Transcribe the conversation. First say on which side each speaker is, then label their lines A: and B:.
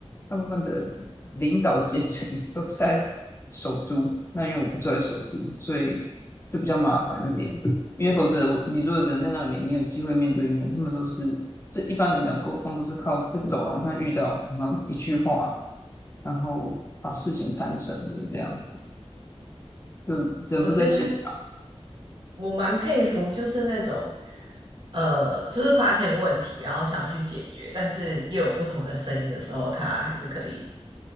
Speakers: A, on the left (about 25°); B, on the right (about 45°).
A: 大部分的领导阶层 <laughs> 都在首都。那因为我不住在首都，所以就比较麻烦一点。因为否则我你如果人在那里，你有机会面对面，他们都是这一般来讲沟通都是靠在走廊上遇到，然后一句话，然后把事情谈成的这样子，就人不在现。
B: 我觉得我蛮佩服，就是那种呃，就是发现问题，然后想要去解决，但是又有不同的声音的时候，他还是可以。